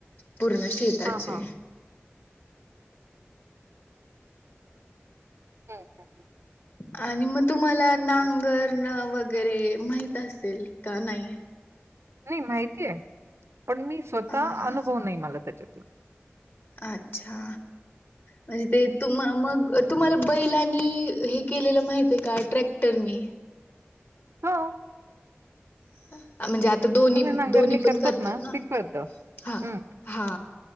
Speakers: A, on the left (about 55°); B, on the right (about 80°).
A: पूर्ण शेताचे.
B: हा हा <inaudible> हम्म. हम्म.
A: आणि मग तुम्हाला नांगर वगैरे माहित असेल का नाही.
B: नाही माहिती आहे पण मी स्वतः
A: हा
B: अनुभव नाही मला त्याच्यातला.
A: अच्छा. म्हणजे ते तुम मग तुम्हाला बैलानी हे केलेलं माहित आहे का ट्रॅक्टरनी.
B: हा.
A: <inaudible> म्हणजे आता दोन्ही
B: नांगरणी
A: दोन्ही पण करतात ना,
B: ते कळतं.
A: हा
B: हं,
A: हा.